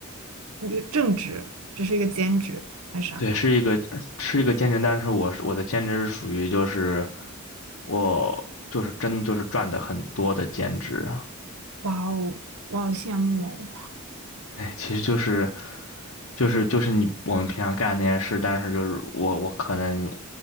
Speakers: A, on the right; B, on the left.
A: 一个正职，只是一个兼职，还是啥？
B: 对，是一个是一个兼职，但是我是我的兼职是属于就是我就是真就是赚的很多的兼职，
A: 哇哦，我好羡慕
B: 哎，其实就是就是就是你我们平常干的那些事，但是就是我我可能